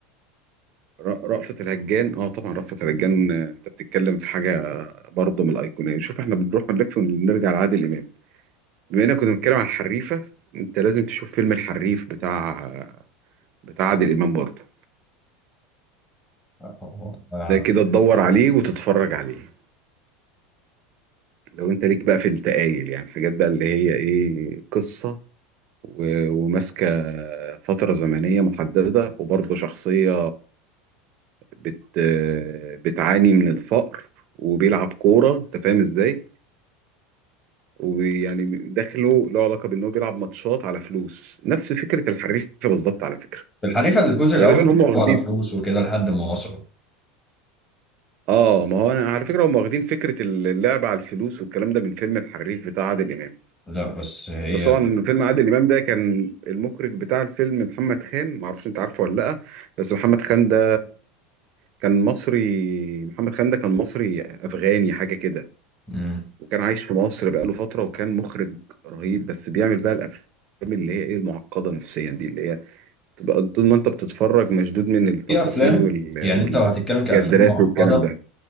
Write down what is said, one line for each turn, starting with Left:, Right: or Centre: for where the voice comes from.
Right: ر- رأفت الهجان اه طبعا رأفت الهجان آه، انت بتتكلم في حاجه برضه من الايقونيه شوف احنا بنروح ونلف ونرجع لعادل امام بما اننا كنا بنتكلم عن الحريفه انت لازم تشوف فيلم الحريف بتاع بتاع عادل امام برضه
Left: مثلا
Right: ده كده تدور عليه وتتفرج عليه لو انت ليك بقى في التقايل يعني حاجات بقى اللي هي ايه قصه و- وماسكه فتره زمنيه محدده وبرضه شخصيه بت بتعاني من الفقر وبيلعب كوره انت فاهم ازاي ويعني دخله له علاقه بان هو بيلعب ماتشات على فلوس نفس فكره الحريفه بالظبط على فكره
Left: الحريفة الجزء الأول
Right: غالبا
Left: كان
Right: هم
Left: بيلعبوا
Right: واخدين
Left: على فلوس وكده لحد ما وصلوا
Right: اه ما هو انا على فكره هم واخدين فكره اللعب على الفلوس والكلام ده من فيلم الحريف بتاع عادل امام
Left: لا بس هي
Right: بس طبعا فيلم عادل امام ده كان المخرج بتاع الفيلم محمد خان ما اعرفش انت عارفه ولا لا بس محمد خان ده كان مصري محمد خان ده كان مصري افغاني حاجه كده
Left: مم.
Right: وكان عايش في مصر بقاله فتره وكان مخرج رهيب بس بيعمل بقى الافلام اللي هي ايه المعقده نفسيا دي اللي هي تبقى طول ما انت بتتفرج مشدود من التفاصيل
Left: في أفلام
Right: وال...
Left: يعني
Right: والكادرات
Left: أنت لو هتتكلم كأفلام معقدة
Right: والكلام ده